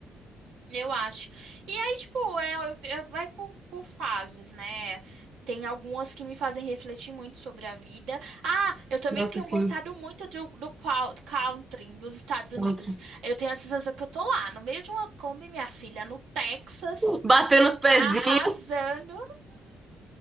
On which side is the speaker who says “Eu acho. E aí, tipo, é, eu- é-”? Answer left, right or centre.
Right